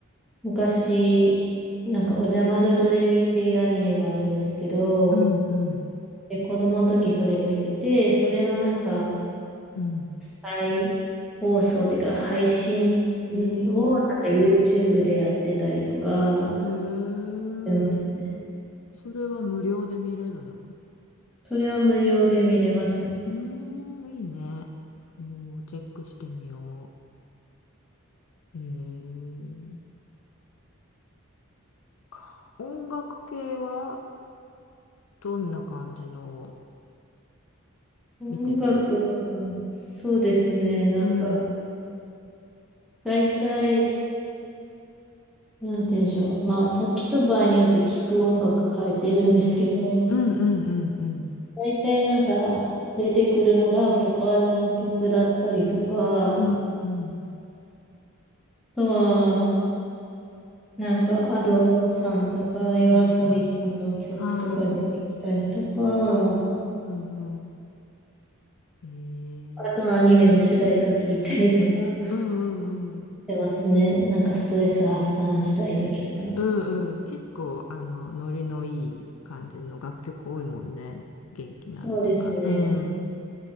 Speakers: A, in the centre; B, on the left.
A: 昔、なんか、おじゃまじょドレミっていうアニメがあるんですけど、
B: うん。うん。
A: で、子供の時それ見てて、それのなんか、
B: うん。
A: 再放送っていうか、配信うんをなんか
B: へえ。
A: YouTube でやってたりとか、
B: へえ。
A: してますね。
B: それは無料で見れるの
A: それは無料で見れますね。
B: うーん、いいね。おー、チェックしてみよう。えー、か音楽系はどんな感じのを
A: 音楽は、
B: 見てる
A: そうですね。なんか、
B: うん、
A: 大体、なんて言うんでしょう。まあ、時と場合によって聞く音楽変えてるんですけど、
B: うんうんうんうん。
A: 大体なんか、出てくるのがボカロの曲だったりとか、あ
B: うんうん。
A: とは、なんか、アドさんとか、夜遊びさんの曲とか出てきたりとか、
B: アドさん。はあ、うんうん。えー、
A: あとはアニメの主題歌聞いたりとかし
B: うんうんうん。
A: てますね。なんかストレス発散したい時とかに。
B: うんうん。結構、あの、ノリのいい感じの楽曲多いもんね。元気なのとか。
A: そうですね。
B: うん。